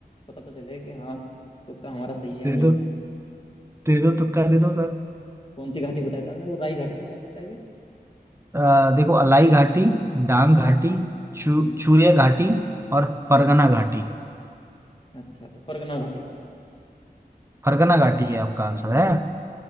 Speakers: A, on the left; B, on the right.
A: पता तो चले कि हाँ तुक्का हमारा सही है
B: दे
A: नहीं
B: दो
A: है
B: दे
A: हम्म,
B: दो तुक्का दे दो सर
A: कौन सी घाटी बताया था आपने वो राई घाटी से कौन सा बताई थी
B: आ, देखो अलाई घाटी डांग
A: हाँ
B: घाटी चू
A: हम्म
B: चूरिया घाटी और फरगना
A: हम्म
B: घाटी
A: अच्छा तो परगना घाटी
B: फरगना घाटी है आपका आंसर
A: हम्म
B: है